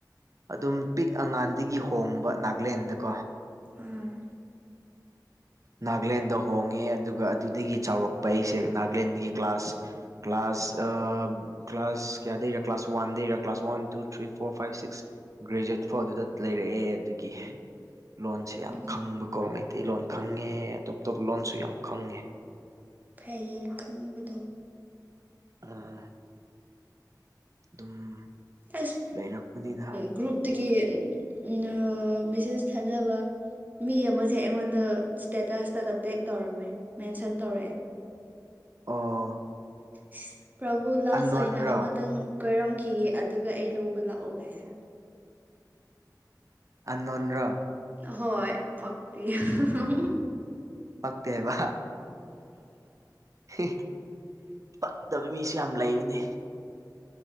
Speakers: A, on the right; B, on the right.
A: ꯑꯗꯨꯝ ꯄꯤꯛ ꯑꯉꯥꯟꯗꯒꯤ ꯍꯣꯡꯕꯀꯣ ꯅꯥꯒꯂꯦꯟꯗꯀꯣ
B: ꯎꯝ
A: ꯅꯥꯒꯂꯦꯟꯗ ꯍꯣꯡꯉꯦ ꯑꯗꯨꯒ ꯑꯗꯨꯗꯒꯤ ꯆꯥꯎꯔꯛꯄ ꯑꯩꯁꯦ ꯅꯥꯒꯂꯦꯟꯗꯒꯤ ꯀ꯭ꯂꯥꯁ ꯀ꯭ꯂꯥꯁ ꯑꯥ ꯀ꯭ꯂꯥꯁ ꯀꯌꯥꯗꯩꯔ ꯀ꯭ꯂꯥꯁ ꯋꯥꯟꯗꯩꯔ class one two three four five six graduate ꯐꯥꯎ ꯑꯗꯨꯗ ꯂꯩꯔꯛꯑꯦ ꯑꯗꯨꯒꯤ ꯂꯣꯟꯁꯦ ꯌꯥꯝ
B: ꯎꯝ
A: ꯈꯪꯕꯀꯣ ꯃꯩꯇꯩꯂꯣꯟ ꯈꯪꯉꯦ ꯑꯇꯣꯞ ꯑꯇꯣꯞꯄ ꯂꯣꯟꯁꯨ ꯌꯥꯝ ꯈꯪꯉꯦ
B: ꯐꯩꯌꯦ ꯈꯪꯕꯗꯣ
A: ꯑꯥ ꯑꯗꯨꯝ
B: ꯑꯁ
A: ꯂꯩꯔꯛꯄꯅꯤꯅ
B: ꯒ꯭ꯔꯨꯞꯇꯒꯤ ꯑꯥ ꯃꯦꯁꯦꯁ ꯊꯥꯅꯕ ꯃꯤ ꯑꯃꯁꯦ ꯑꯩꯉꯣꯟꯗ ꯏꯁꯇꯦꯇꯁꯇꯒ ꯇꯦꯛ ꯇꯧꯔꯝꯃꯦ ꯃꯦꯟꯁꯟ ꯇꯧꯔꯛꯑꯦ
A: <inaudible> ꯑꯣ
B: ꯏꯁ ꯄ꯭ꯔꯕꯨ ꯂꯥꯁ
A: ꯑꯟꯅꯣꯟꯔꯣ
B: ꯑꯣꯏꯅ ꯑꯃꯇꯪ ꯀꯣꯏꯔꯝꯈꯤꯒꯦ ꯑꯗꯨꯒ ꯑꯩ ꯂꯧꯕ ꯂꯥꯛꯑꯣꯒꯥꯏꯅ
A: ꯑꯟꯅꯣꯟ ꯔꯥ
B: ꯍꯣꯏ ꯐꯛꯇꯦ ꯌꯥꯝ
A: ꯄꯛꯇꯦꯕꯥ ꯍꯤ ꯀꯛꯇꯕ ꯃꯤꯁꯨ ꯌꯥꯝ ꯂꯩꯕꯅꯦ